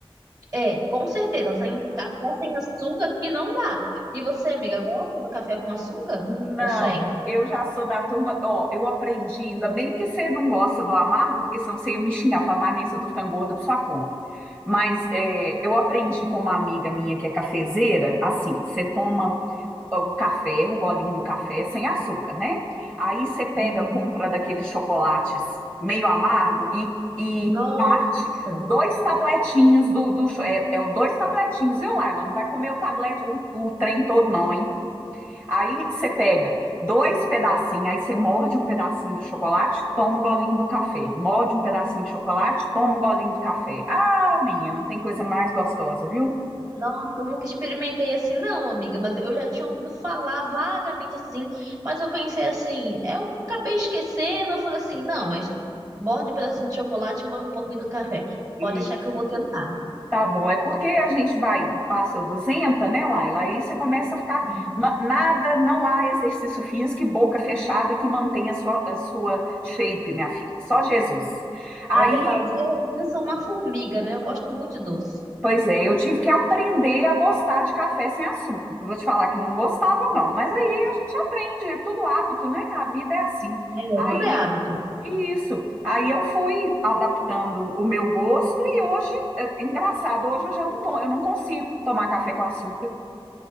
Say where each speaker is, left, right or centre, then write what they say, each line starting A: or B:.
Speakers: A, on the right; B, on the right.
A: É, com certeza. Sem café sem açúcar que não dá. E você, amiga, gosta do café com açúcar?
B: Não,
A: Ou sem?
B: eu já sou da turma. Ó, eu aprendi, ainda bem que você não gosta do amargo, porque senão você ia me xingar, falar, Vanessa, eu tô ficando gorda por sua conta. Mas é, eu aprendi com uma amiga minha que é cafezeira, assim, você toma o café, o golinho do café é sem açúcar, né? Aí você pega,
A: Uhum.
B: compra daqueles chocolates meio amargo e, e
A: Nossa,
B: parte dois tabletinhos do, do cho- é, é o dois tabletinhos, viu, Laila? Não vai comer o tablete, o, o trem todo, não, hein? Aí você pega dois pedacinhos, aí você morde um pedacinho do chocolate, toma um golinho do café. Morde um pedacinho de chocolate, toma um golinho do café. Ah, menino, não tem coisa mais gostosa, viu?
A: nossa, eu nunca experimentei assim, não, amiga. Mas eu já tinha ouvido falar vagamente assim. Mas eu pensei assim, eu acabei esquecendo. Eu falei assim, não, mas morde um pedacinho de chocolate e um pouquinho do café. Pode
B: E
A: deixar que eu vou tentar.
B: Tá bom, é porque a gente vai, passa 200, né, Laila? Aí você começa a ficar.
A: Uhum.
B: na- Nada, não há exercício físico e boca fechada que mantenha a sua, a sua shape, minha filha. Só Jesus. Aí,
A: É verdade. Eu aqui sou uma formiga, né? Eu gosto muito de doce.
B: pois é, eu tive que aprender a gostar de café sem açúcar, que eu vou te falar que não gostava, não. Mas aí a gente aprende, é tudo hábito, né? A vida é assim.
A: É,
B: Aí.
A: tudo é hábito.
B: Isso. Aí eu fui adaptando o meu gosto e hoje, é engraçado, hoje eu já não tô, eu não consigo tomar café com açúcar.